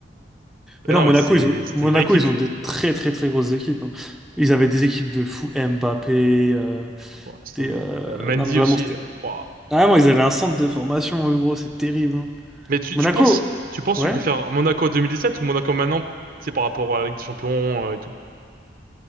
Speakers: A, on the right; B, in the centre.
A: Mais
B: Mais non,
A: non,
B: Monaco,
A: mais c'est,
B: ils ont,
A: c'était
B: Monaco,
A: une vraie équipe.
B: ils ont eu des très, très, très grosses équipes. hein. Ils avaient des équipes de fou, Mbappé. euh,
A: Ouais, laisse tomber.
B: des, euh,
A: Bah, Mendy
B: Non, mais vraiment,
A: aussi.
B: c'était.
A: euh, waouh.
B: Ah, Vraiment, ils avaient un centre de formation, eux, gros, c'est terrible. hein.
A: Mais tu,
B: Monaco?
A: tu penses, tu penses,
B: Ouais?
A: que tu préfères Monaco 2017 ou Monaco maintenant? C'est par rapport à la Ligue des Champions euh, et tout.